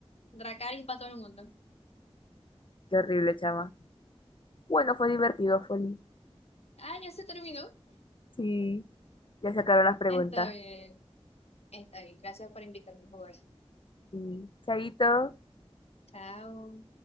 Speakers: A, on the left; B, on the left.
A: Dracarys para todo el mundo.
B: Qué horrible, chama. Bueno, fue divertido, Foli.
A: Ah, ya se terminó.
B: Sí, ya se acabaron las preguntas.
A: Está bien, está bien. Gracias por invitarme a jugar.
B: Sí, chaito.
A: Chao.